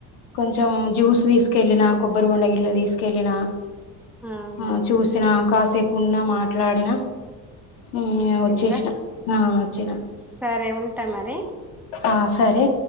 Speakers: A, on the left; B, in the centre.
A: కొంచెం జ్యూస్ తీసు తీసుకెళ్ళిన కొబ్బరి బొండ ఇట్ల తీసుకెళ్ళిన
B: అవునా
A: ఆ చూసిన కాసేపున్నా మాట్లాడిన ఇగ
B: వచ్చిండ్రా
A: వచ్చేసిన ఆ వచ్చిన
B: సరే ఉంటా మరి
A: ఆ సరే